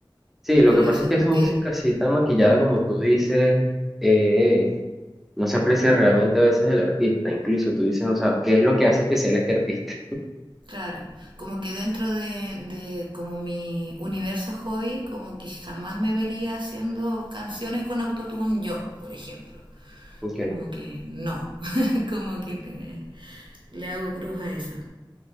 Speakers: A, in the centre; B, on the right.
A: sí, lo
B: pero
A: que pasa
B: eso,
A: es que
B: como
A: esa música
B: que
A: así tan maquillada
B: ujú.
A: como tú dices, eh, no se aprecia realmente a veces el artista. Incluso tú dices, o sea, ¿qué es lo que hace especial a este artista?
B: Claro, como que dentro de, de como mi universo hobby, como que jamás me vería haciendo canciones con autotune yo, por ejemplo.
A: Ok,
B: Como que no, <laughs> como que le, le hago cruz a eso.